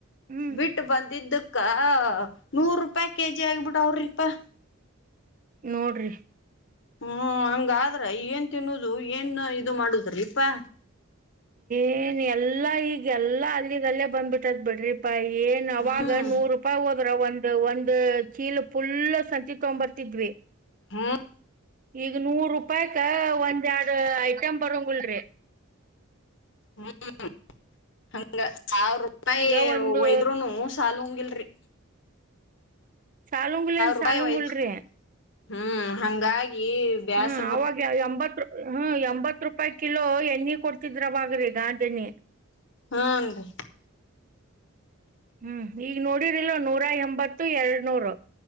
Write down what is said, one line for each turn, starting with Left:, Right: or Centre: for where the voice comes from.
Right: ಹ್ಮ್
Left: ಬಿಟ್ಟು ಬಂದಿದ್ದಕ್ಕ ನೂರು ರೂಪಾಯಿ ಕೆಜಿ ಆಗ್ಬಿಡ ಅವ್ರಿಪಾ.
Right: ನೋಡ್ರಿ.
Left: ಹ್ಮ್ ಹಂಗಾದ್ರ ಏನ್ ತಿನ್ನುದು ಏನ್ ಇದು ಮಾಡುದ್ರಿ ಇಪ್ಪಾ.
Right: ಏನ್ ಎಲ್ಲಾ ಈಗ ಎಲ್ಲಾ ಅಲ್ಲಿಗೆ ಅಲ್ಲೇ ಬಂದ್ಬಿಟ್ಟದ್ ಬಿಡ್ರಿ ಪಾಯಿ. ಏನ ಅವಾಗ
Left: ಹ್ಮ್
Right: ನೂರು ರೂಪಾಯಿ ಹದ ರ ಒಂದು ಒಂದ ಚೀಲ ಫುಲ್ ಸಜ್ಜಿ ತಗೊಂಡ್ ಬರ್ತಿದ್ವಿ.
Left: ಹ್ಮ್
Right: ಈಗ ನೂರ್ ರೂಪಾಯಕ್ ಒಂದ್ ಎರಡು ಐಟಮ್ ಬರಂಗಲ್ರರಿ.
Left: ಹ್ಮ್ ಹ್ಮ್ಮ್ ಹಂಗ ಸಾವಿರ ರೂಪಾಯಿ
Right: ಈಗ ಒಂದು
Left: ಒಯದ್ರುನು ಸಾಲುಂಗ ಇಲ್ಲ. ರಿ.
Right: ಸಾಲುಂಗ ಇಲ್ಲ ಅಲ್ಲ ಸಾಲುಂಗ
Left: ರೂಪಾಯಿ ಒಯ್ದು
Right: ಇಲ್ಲ ರಿ.
Left: ಹ್ಮ್ ಹಂಗಾಗಿ ಬ್ಯಾಸ್ರ
Right: ಹ್ಮ
Left: ಬ
Right: ಅವಾಗ ಎಂಬತ್ ಹ್ಮ ಎಂಬತ್ ರೂಪಾಯಿ ಕಿಲೋ ಎಣ್ಣೆ ಕೊಡ್ತಿದ್ರ ಅವಾಗ ರಿ ಗಾಣದ ಎಣ್ಣಿ.
Left: ಹನ್ರಿ
Right: ಹ್ಮ್ ಈಗ ನೋಡ್. ರಿ ಇಲ್ಲೋ ನೂರ ಎಂಬತ್ತು ಎರಡ ನೂರು.